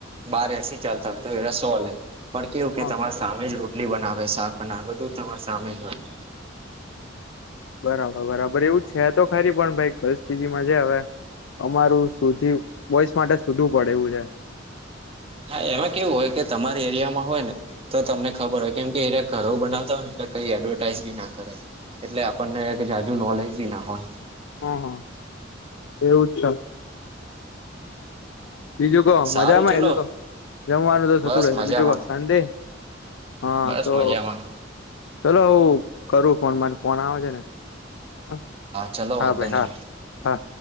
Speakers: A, on the right; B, on the left.
A: બાર એસી ચાલતા હોય તો એના સો લે પણ કેવું કે
B: હા
A: તમારી સામે રો ટલી બનાવે શાક બનાવે બધું તમાર સામે જ હોય.
B: બરાબર બરાબર એવું છે તો ખરી પણ ભાઈ ગર્લ્સ પીજીમાં છે જ હવે અમારું સુધી બોઈસ માટે શોધવું પડે એવું છે.
A: હા એમાં કેવું હોય કે તમારી એરિયામાં હોય ને. તો તમને ખબર હોય કેમ કે એ ઘરોઉ બનાવતા હોયને એટલે કઈ એડવર્ટાઈઝ બી ના કરે. એટલે આપણને જાજુ નોલેજ બી ના હોય.
B: હ હ એવું જ છે બીજું કહો
A: સારું
B: મજામાં
A: ચલો
B: જમવાનું તો થતું
A: બસ
B: રહેશે
A: મજામાં
B: બીજું કહો શાંતિ. હા
A: બસ
B: તો
A: મજામાં
B: ચલો હું કરું ફોન મારે ફોન આવે છે ને. હા
A: ચલો
B: હા
A: વાંધો
B: ભાઈ
A: નહી
B: હા હા.